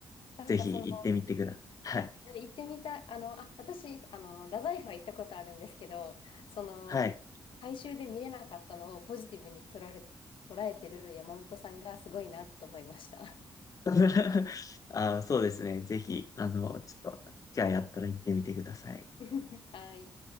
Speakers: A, on the left (about 75°); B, on the left (about 40°).
A: なんかその、
B: ぜひ行ってみてください。はい。
A: 行ってみたい、あの、あ、私、あの、太宰府は行ったことあるんですけど、その、
B: はい。
A: 改修で見れなかったのをポジティブに捉えられ、捉えてる山本さんがすごいなと思いました。
B: <laughs> あ、そうですね。ぜひ、あの、ちょっと、じゃあやったら行ってみてください。
A: <laughs> はい。